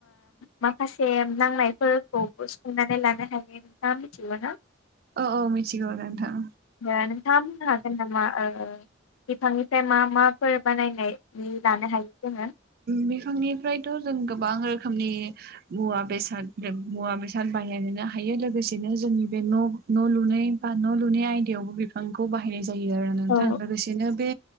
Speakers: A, on the left; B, on the right.
A: माखासे नांनायफोरखौबो सुफुंनानै लानो हायो नोंथाङा मिथिगौ ना
B: औ औ मिथिगौ नोंथां
A: दे नोंथाङा बुंनो हागोन नामा ओ बिफांनिफ्राय मा माफोर बानायनाय लानो हायो जोङो
B: बिफांनिफ्रायसो जों गोबां रोखोमनि मुवा बेसाद मुवा बेसाद थान <unintelligible> हायो लोगोसे‌ बिनो जोंनि बे न' लुनाय बा न' लुनाय आयदायावबो बिफांखौ बाहायनाय जायो आरो नोंथां
A: औ
B: लोगोसेनो बे